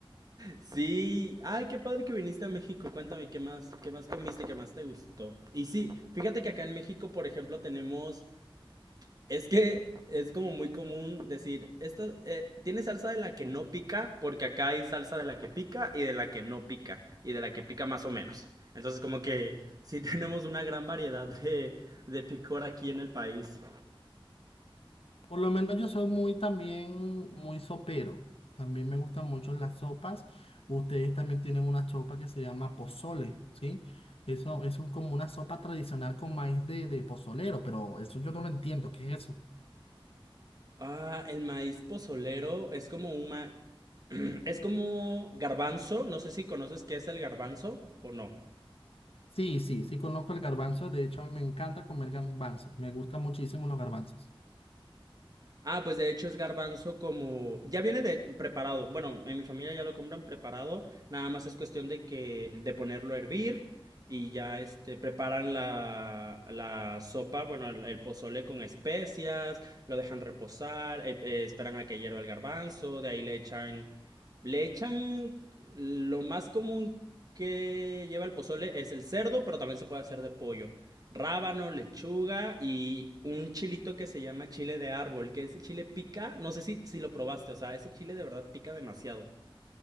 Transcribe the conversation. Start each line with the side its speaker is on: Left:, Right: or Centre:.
Right: Sí, ay, qué padre que viniste a México. Cuéntame qué más, qué más comiste, qué más te gustó. Y sí, fíjate que acá en México, por ejemplo, tenemos, es que es como muy común decir, esta, eh, tiene salsa de la que no pica, porque acá hay salsa de la que pica y de la que no pica, y de la que pica más o menos. Entonces, como que sí <laughs> tenemos una gran variedad de, de picor aquí en el país.
Left: Por lo menos yo soy muy también, muy sopero. También me gustan mucho las sopas. Ustedes también tienen una sopa que se llama pozole, ¿sí? Eso, eso es como una sopa tradicional con maíz de, de pozolero, pero eso yo no lo entiendo. ¿Qué es eso?
Right: Ah, el maíz pozolero es como una... <clears throat> Es como garbanzo. No sé si conoces qué es el garbanzo o no.
Left: Sí, sí, sí conozco el garbanzo. De hecho, a mí me encanta comer garbanzos. Me gustan muchísimo los garbanzos.
Right: Ah, pues de hecho es garbanzo como... Ya viene de preparado. Bueno, en mi familia ya lo compran preparado. Nada más es cuestión de que... de ponerlo a hervir y ya este preparan la, la sopa, bueno, el, el pozole con especias, lo dejan reposar, eh, eh, esperan a que hierva el garbanzo, de ahí le echan... Le echan lo más común que lleva el pozole es el cerdo, pero también se puede hacer de pollo rábano, lechuga y un chilito que se llama chile de árbol, que ese chile pica, no sé si, si lo probaste, o sea, ese chile de verdad pica demasiado.